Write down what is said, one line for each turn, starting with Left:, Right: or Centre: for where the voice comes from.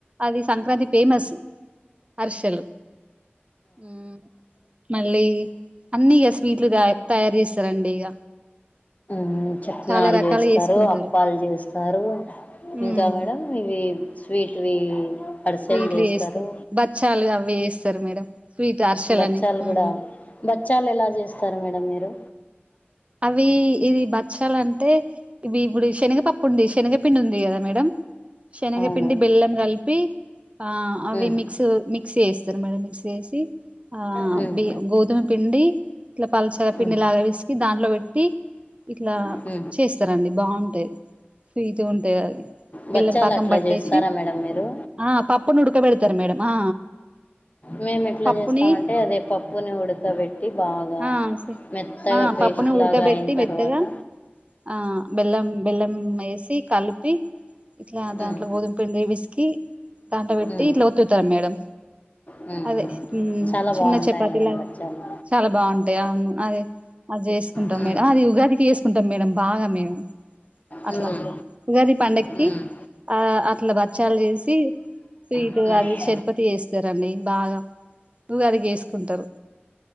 Right: అది సంక్రాంతి ఫేమస్ హార్సల్ హ్ మళ్ళీ అన్ని ఇగ స్వీట్లు త తయారు చేస్తారండి. ఇగ
Left: మ్ సకినల్
Right: చాలా రకాలు
Left: చేస్తారు.
Right: చేసుకుంటారు
Left: అప్పాలు చేస్తారు. ఇంకా
Right: ఉమ్
Left: మేడం ఇవి స్వీట్ వి హార్సల్
Right: స్వీట్లు
Left: చేస్తారు.
Right: బచ్చాలు అవి చేస్తారు మేడం స్వీట్ అరిసెలని
Left: బాచ్చాలు
Right: ఆ
Left: కూడా బాచ్చాలు ఎలా చేస్తారు. మేడం మీరు
Right: అవి ఇది బచల్ అంటే ఇవి ఇప్పుడు శనగపప్పు ఉంది శనగపిండి ఉంది కదా మేడం శనగపిండి
Left: అవును.
Right: బెల్లం కలిపి ఆ అవి
Left: హ్మ్.
Right: మిక్స్ మిక్ మిక్సీ చేస్తారు మేడం మిక్సీ చేసి ఆ
Left: హ్మ్.
Right: బి గోధుమ పిండి ఇట్లా పల్చగా
Left: హ్మ్.
Right: పిండి లాగా పిసికి దాంట్లో పెట్టి ఇట్లా
Left: ఉ
Right: చేస్తారండి బాగుంటాయి ఫీటో ఉంటాయి అది
Left: బచ్చాలట్లా
Right: బెల్లం పాకం పట్టేసి
Left: చేస్తారా మేడం మీరు
Right: ఆ పప్పు ను ఉడ్కబెడ్తారు మేడం ఆ
Left: మేమేట్లా
Right: పప్పుని
Left: చేస్తామంటే అదే పప్పును ఉడ్కబెట్టి బాగా
Right: ఆ సే
Left: మెత్తగా
Right: ఆ
Left: పేస్టు
Right: పప్పుని ఉడకబెట్టి
Left: లాగా అయిన
Right: మెత్తగా
Left: తర్వాత
Right: ఆ బెల్లం బెల్లమేసి కలిపి ఇట్లా
Left: హ్మ్.
Right: దాంట్లో గోధుమ పండి పిస్కి దాంట్ల పెట్టి
Left: హ్మ్.
Right: ఇట్లా ఓత్తుతారు మేడం
Left: హ్మ్.
Right: అదే
Left: చాలా
Right: చిన్న
Left: బావుంటాయి
Right: చపాతీలా
Left: మేడం బచ్చాలు.
Right: చాలా బాగుంటాయి అవ్ను అదే అద్చేసుకుంటాం
Left: హ్మ్.
Right: మేడం అది ఉగాద్కి చేసుకుంటాం మేడం బాగా మేము అట్ల
Left: హ్మ్.
Right: ఉగాది పండగక్కి
Left: హ్మ్. హ్మ్.
Right: ఆ అట్లా బచ్చాలు చేసి స్వీటు
Left: హ్మ్.
Right: అది చర్పతి చేస్తారండి బాగా ఉగాది చేస్కుంటారు